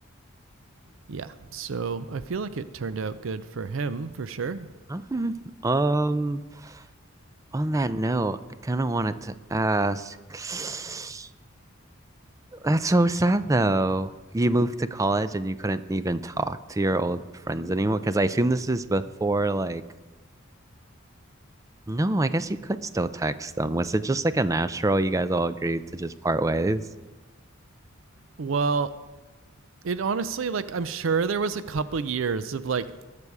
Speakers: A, on the right; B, on the right.
A: yeah. So I feel like it turned out good for him for sure.
B: Okay. Um, On that note, I kind of wanted to ask. <sighs> That's so sad, though. You moved to college and you couldn't even talk to your old friends anymore. Because I assume this is before like no, I guess you could still text them. Was it just like a natural, you guys all agreed to just part ways?
A: Well, it honestly like I'm sure there was a couple years of like